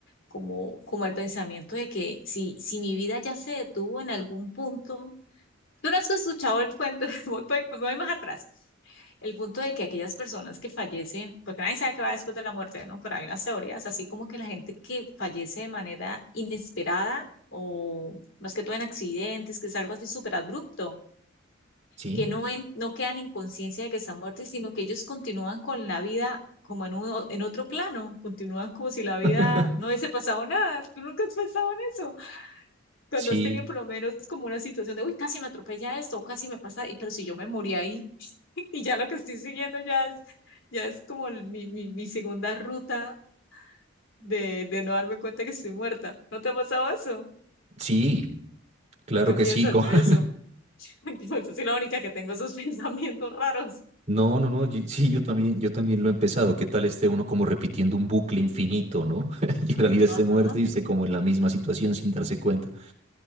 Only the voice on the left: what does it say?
como, como el pensamiento de que si, si mi vida ya se detuvo en algún punto, Tú no has escuchado el cuento, <laughs> voy, voy- me voy más atrás. El punto de que aquellas personas que fallecen, porque nadie sabe qué va después de la muerte, ¿no? Pero hay unas teorías, así como que la gente que fallece de manera inesperada o más que todo en accidentes, que es algo así súper abrupto,
que no, en- no quedan en conciencia de que están muertos, sino que ellos continúan con la vida como en, uno, en otro plano, continúan como si la vida
no hubiese pasado nada. ¿Tú nunca has pensado en eso? Cuando
has tenido por lo menos como una situación de, uy, casi me atropella esto, o casi me pasa, y pero si yo me morí ahí, <laughs> y ya lo que estoy siguiendo ya es, ya es como el- mi, mi, mi segunda ruta de, de no darme cuenta que estoy muerta. ¿No te ha pasado eso?
¿O qué
piensas
de
eso? <laughs> Yo soy la única que tengo esos <laughs> pensamientos raros.
Ajá.